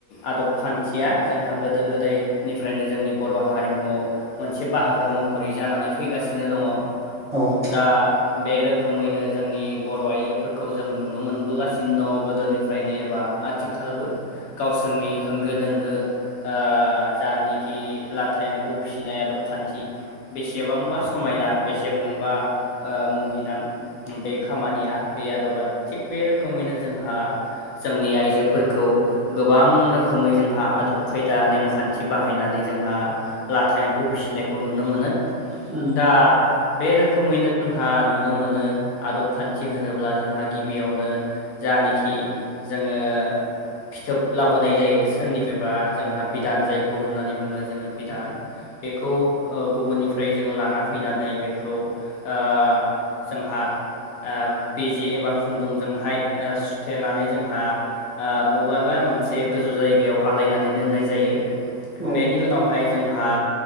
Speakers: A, on the left (about 80°); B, on the right (about 35°).
A: आदब खान्थिया जोंहा गोदो गोदायनिफ्रायनो जोंनि बर' हारिमुआव मोनसे बाहागो महरै जानानै फैगासिनो दङ।
B: औ।
A: दा बे रोखोमैनो जोंनि बर' आइजोफोर खौ जों नुनो मोनबोगासिनो दं गोदोनिफ्रायनो एबा आथिखालबो गावसोरनि होंगो दोंगो आ जानखि लाथा एम्फौ फिसिनाय आदब- खान्थि बेसेबांबा समायना बेसेबांबा ओ मुहिनां बे खामानिया गैयादबा थिग बे रोखोमैनो जोंहा जोंनि आइजोफोरखौ गोबां रोखोमै जोंहा आदब खायदा नेमखान्थि बाहायनानै जोंहा लाथा एम्फौ फिसिनायखौ नुनो मोनो।
B: उम
A: दा बे रोखोमैनो जोंहा नुनो मोनो आदब खान्थि होनो ब्ला जोंहा गिबियावनो जानिखि जोङो फिथोब लाबोनाय जायो सोरनिफ्रायबा जोंहा बिदान जायखौ होननानै बुङो जोङो बिदान बेखौ ओ गुबुननिफ्राय जोङो लाना फैनानै बेखौ आ जोंहा ओ बेजि एबा खुन्दुंजोंहाय ओ सुथेनानै जोंहा आ बबेबा मोनसे गोजौ जायगायाव आलायनानै दोननाय जायो
B: औ
A: बेनि उनावहाय जोंहा